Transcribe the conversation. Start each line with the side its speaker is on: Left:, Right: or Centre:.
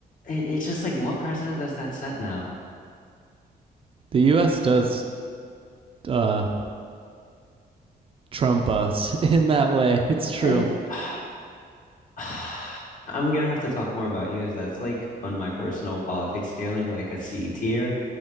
Left: it's just like, what precedent does that set now?
Right: the U.S. does uh trump us <laughs> in that way. It's true.
Left: And <sighs> uh, I'm gonna have to talk more about you as that's like on my personal politics scaling, like a C tier.